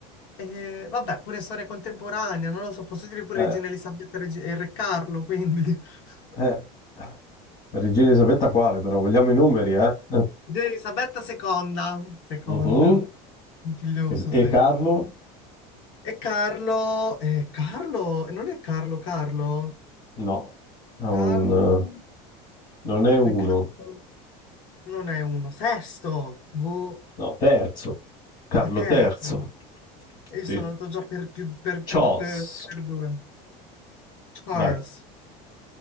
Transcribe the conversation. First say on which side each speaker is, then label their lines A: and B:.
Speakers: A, on the left; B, on the left.
A: E, vabbè, pure storia contemporanea, non lo so, posso dire pure
B: Eh,
A: Regina Elisabetta e Regi- e Re Carlo, quindi <laughs>
B: eh. Regina Elisabetta quale, però? Vogliamo i numeri, eh? Eh,
A: Regina Elisabetta seconda, seconda,
B: mhm.
A: puntiglioso
B: E,
A: se.
B: e Carlo?
A: E Carlo, eh, Carlo, eh, non è Carlo, Carlo,
B: No, Ha
A: Carlo,
B: un, eh, non è uno,
A: Re Carlo, non è uno, sesto, boh,
B: no, terzo. Carlo
A: a terzo,
B: III.
A: e
B: Sì.
A: io sono andato già per più, per più,
B: Charles,
A: per, per due, Charles,
B: vai.